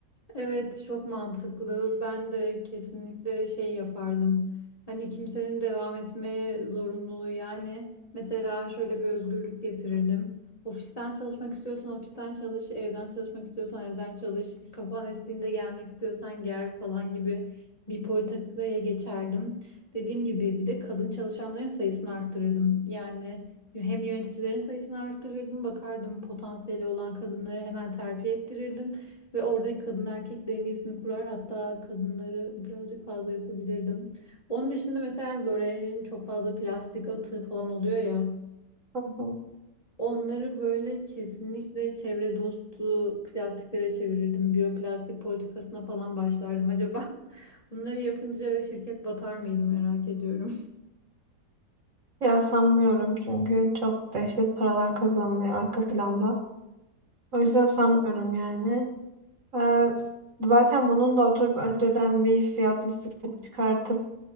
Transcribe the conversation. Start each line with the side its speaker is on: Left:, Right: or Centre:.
Left: Evet çok mantıklı. Ben de kesinlikle şey yapardım. Hani kimsenin devam etmeye zorunluluğu yani mesela şöyle bir özgürlük getirirdim. Ofisten çalışmak istiyorsan ofisten çalış, evden çalışmak istiyorsan evden çalış, kafan estiğinde gelmek istiyorsan gel falan gibi bir politikaya geçerdim. Dediğim gibi bir de kadın çalışanların sayısını arttırırdım. Yani hem yöneticilerin sayısını arttırırdım, bakardım potansiyeli olan kadınları hemen terfi ettirirdim. Ve oradaki kadın erkek dengesini kurar. Hatta kadınları birazcık fazla yapabilirdim. Onun dışında mesela L'Oreal'in çok fazla plastik atığı falan oluyor ya.
Right: Hı hı.
Left: Onları böyle kesinlikle çevre dostu plastiklere çevirirdim. Biyoplastik politikasına falan başlardım. Acaba <laughs> bunları yapınca şirket batar mıydı merak ediyorum.
Right: Ya sanmıyorum çünkü çok dehşet paralar kazanılıyor arka planda. O
Left: <laughs>
Right: yüzden sanmıyorum yani. Ee, zaten bunun da oturup önceden bir fiyat listesini çıkartıp